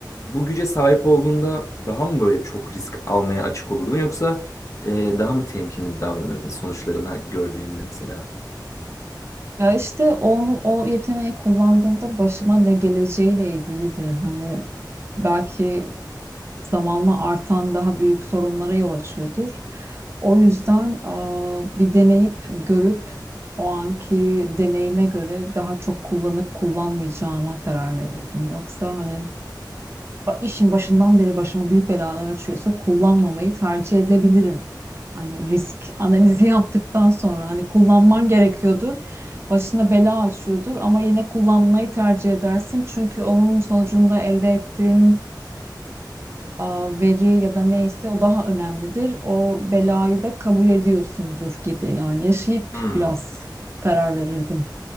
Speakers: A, on the left; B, on the right.
A: bu güce sahip olduğunda daha mı böyle çok risk almaya açık olurdun yoksa e, daha mı temkinli davranırdın sonuçlarına gördüğünde mesela?
B: Ya işte onu o yeteneği kullandığımda başıma ne geleceğiyle ilgili de hani belki zamanla artan daha büyük sorunlara yol açıyordur. O yüzden aa, bir deneyip görüp o anki deneyime göre daha çok kullanıp kullanmayacağıma karar verirdim. Yoksa hani ba- işin başından beri başıma büyük belalar açıyorsa kullanmamayı tercih edebilirim. Hani risk analizi <laughs> yaptıktan sonra hani kullanman gerekiyordur. Başına bela açıyordur ama yine kullanmayı tercih edersin. Çünkü onun sonucunda elde ettiğin a, veri ya da neyse o daha önemlidir. O belayı da kabul ediyorsundur gibi. Yani yaşayıp
A: Hmm,
B: biraz karar verirdim.